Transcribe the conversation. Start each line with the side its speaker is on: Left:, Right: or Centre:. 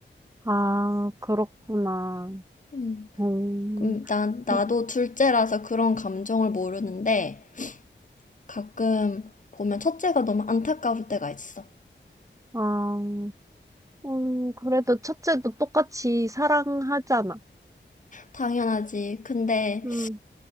Right: 아 그렇구나.
Left: 음,
Right: 음.
Left: 그 난, 나도
Right: 음.
Left: 둘째라서 그런 감정을 모르는데 가끔 보면 첫째가 너무 안타까울 때가 있어.
Right: 아. 음 그래도 첫째도 똑같이 사랑하잖아.
Left: 당연하지. 근데
Right: 음.